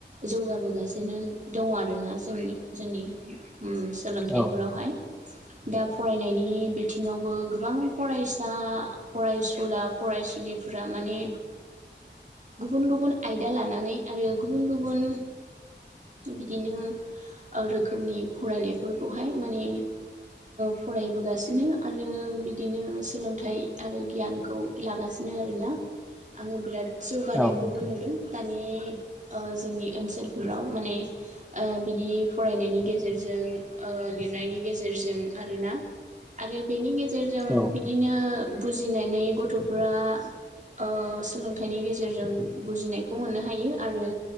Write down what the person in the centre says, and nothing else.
औ
<inaudible>
औ नोंथां
औ नोंथां औ